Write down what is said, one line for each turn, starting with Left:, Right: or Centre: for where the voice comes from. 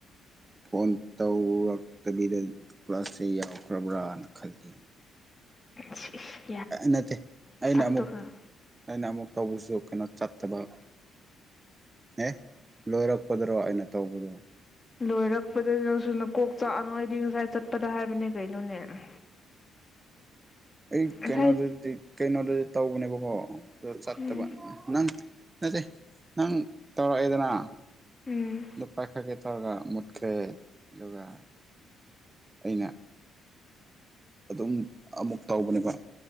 Right: ꯐꯣꯟ ꯇꯧꯔꯛꯇꯕꯤꯗ ꯀ꯭ꯂꯥꯁꯀ ꯌꯥꯎꯈ꯭ꯔꯕ꯭ꯔꯥꯅ ꯈꯜꯂꯤ
Left: <inaudible>
Right: ꯅꯠꯇꯦ
Left: ꯁꯛꯇꯨꯒ
Right: ꯑꯩꯅ ꯑꯃꯨꯛ ꯑꯩꯅ ꯑꯃꯨꯛ ꯇꯧꯕꯁꯨ ꯀꯩꯅꯣ ꯆꯠꯇꯕ ꯑꯦ ꯂꯣꯏꯔꯛꯄꯗꯔꯣ ꯑꯩꯅ ꯇꯧꯕꯗꯣ
Left: ꯂꯣꯏꯔꯛꯄꯗ ꯅꯪꯁꯨ ꯅꯀꯣꯛ ꯆꯥꯛꯑꯅꯨ ꯑꯩꯗꯤ ꯉꯁꯥꯏ ꯆꯠꯄꯗ ꯍꯥꯏꯕꯅꯦ ꯀꯩꯅꯣꯅꯦ <unintelligible>
Right: ꯑꯩ
Left: ꯉꯁꯥꯏ
Right: ꯀꯩꯅꯣꯗꯗꯤ ꯀꯩꯅꯣꯗꯗꯤ ꯇꯧꯕꯅꯦꯕꯀꯣ ꯑꯗꯨ ꯆꯠꯇꯕ
Left: ꯎꯝ
Right: ꯅꯪ ꯅꯠꯇꯦ ꯅꯪ ꯇꯧꯔꯛꯑꯦꯗꯅ
Left: ꯎꯝ
Right: ꯑꯗꯨ ꯄꯥꯏꯈꯛꯀꯦ ꯇꯧꯔꯒ ꯃꯨꯠꯈ꯭ꯔꯦ ꯑꯗꯨꯒ ꯑꯩꯅ ꯑꯗꯨꯝ ꯑꯃꯨꯛ ꯇꯧꯕꯅꯦꯕ